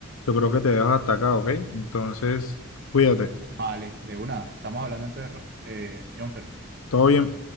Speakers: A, on the left (about 80°); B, on the right (about 50°).
A: yo creo que te dejo hasta acá, ¿ok? Entonces, cuídate.
B: Vale, de una. Estamos hablando entonces, Ro- eh, Jonfer.
A: Todo bien.